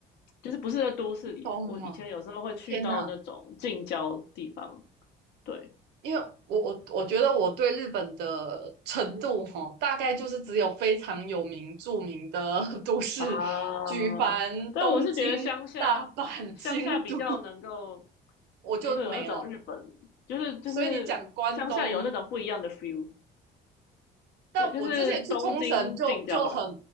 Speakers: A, on the left; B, on the right.
A: 就是不是在都市里。
B: 东啊，
A: 我以前有时候会去到那种近郊地方，
B: 天哪！
A: 对
B: 因为我我我觉得我对日本的程度哈，大概就是只有非常有名著名的 <laughs> 都市，
A: 啊，
B: 举凡东京、
A: 但我是觉得乡下，
B: 大阪、
A: 乡下比较能够
B: 京都，<laughs> 我就没了。
A: 能够有那种日本，就是就是乡下有那种不一样的
B: 所以你讲关东，
A: feel，
B: 但我之前去冲绳就就很
A: 对，就是东京近郊啦。